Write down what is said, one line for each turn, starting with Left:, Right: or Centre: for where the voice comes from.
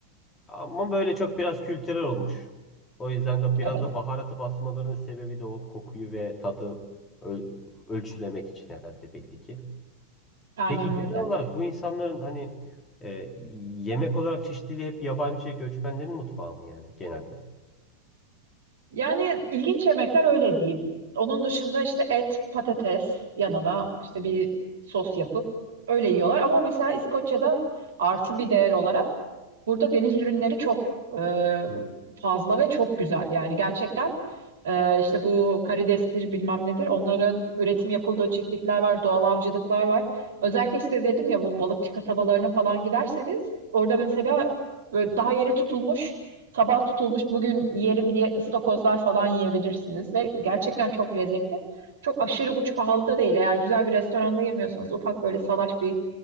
Left: Ama böyle çok biraz kültürel olmuş. O yüzden de biraz
Right: Evet,
Left: da baharatı basmalarının sebebi de o kokuyu ve tadı öl- ölçülemek için herhalde belli ki.
Right: aynen
Left: Peki
Right: öyle.
Left: genel olarak bu insanların hani e, yemek olarak çeşitliliği hep yabancı göçmenlerin mutfağı mı yani genelde?
Right: Yani ilginç yemekler öyle diyeyim. Onun dışında işte et, patates yanına işte bir sos yapıp öyle yiyorlar. Ama mesela İskoçya'da artı bir değer olarak Burada deniz ürünleri çok e,
Left: Hmm.
Right: fazla ve çok güzel. Yani gerçekten e, işte bu karidestir bilmem nedir onların üretim yapıldığı çiftlikler var, doğal avcılıklar var. Özellikle işte dedim ya bu balıkçı kasabalarına falan giderseniz orada mesela böyle daha yeni tutulmuş, sabah tutulmuş bugün yerim diye ıstakozlar falan yiyebilirsiniz ve gerçekten çok lezzetli. Çok aşırı uç pahalı da değil. Eğer güzel bir restoranda yemiyorsanız, ufak böyle salaş bir